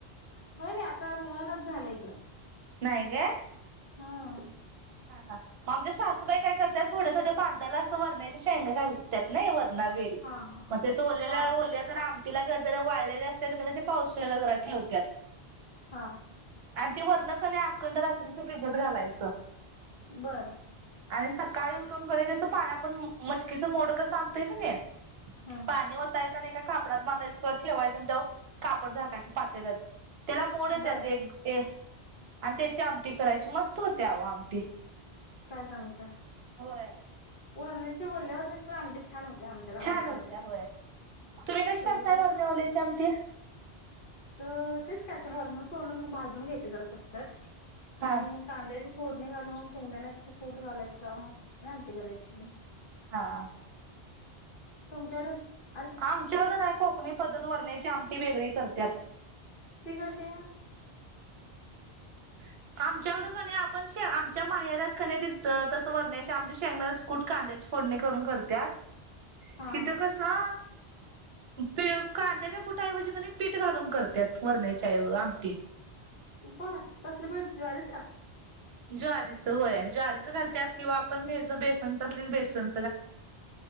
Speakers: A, on the left (about 55°); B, on the right (about 70°).
A: होय ना आता मिळणचं झालं इकडं
B: नाही काय
A: हम्
B: हा हा मग आमच्या सासूबाई काय करत्यात थोड थोड बांधाला असं वरण्याचे शेंगा घालत्यात नाही वर <unintelligible>
A: हा हा
B: मग त्याल्याल्या
A: हा
B: <unintelligible> आ तिला गदरा वाळलेले असत तर ते पावसाळळेला जरा ठेवत्यात
A: हा
B: आणि ती वर्णकने अखंड रात्रीच फ्रिजत घालायचं
A: बर
B: आणि सकाळी उठून बरे त्याच पाण्या पण मटकीचं मोड कस आणतोय क नाही
A: हम्म
B: पाणी वतायचं नाही का कापडात बांधायचं किंवा ठेवायचं त्याव कापड झाकायच पातेर त्याला मोडत
A: बर
B: येत्यात एक आणि त्याची आमटी करायची मस्त होते अव आमटी
A: काय सांगताय
B: होय
A: वरण्याची बोलल्या <unintelligible> वरण्याची पण आमटी छान होत ते आमच्यात आवडत
B: छान होत्या
A: सगळ्यां
B: होय. तुम्ही कशी करताय वरण्यावल्याची आमटी?
A: तर तेच का अस वरण सोलून भाजून घ्यायचे जरा चटचट
B: हा
A: आणि कांद्या ज फोडणी घालून शेंगदाण्याचा कुट घालायचां आमटी करायची
B: हा
A: तुमच्याकड <unintelligible>
B: आमच्याकड काय कोकणी पद्धत वर्ण्याची आमटी वेगळी करत्यात
A: ती कशी ह
B: <inaudible> आमच्याकडं क नाही आपण शे आमच्या माहेरात क नाय तसं वरण्याची आमटी शेंगदाारच कूट कांद्याची करून करत्यात
A: हा.
B: इथ कस अ प ते कांद्याच्या कुठऐवजी क नाही पीठ घालून करतात व वरण्याची आमटी
A: बर कसलं प ज्वारीच
B: ज्वारीच होय ज्वारीच घालतत किंवा आपण हेच बेसनच असली क बेसन